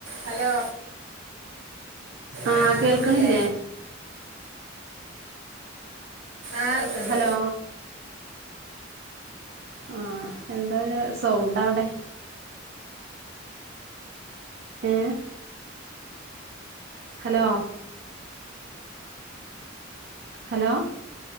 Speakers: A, on the right; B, on the right.
A: ഹലോ
B: ആഹ്
A: ആ
B: കേൾക്കണില്ലേ
A: കേൾക്കില്ലേ ആഹ്ക്കണ്ട്
B: ഹലോ ആഹ് എന്താ ഒരു സൗണ്ടവടെ ഏഹ് ഹലോ ഹലോ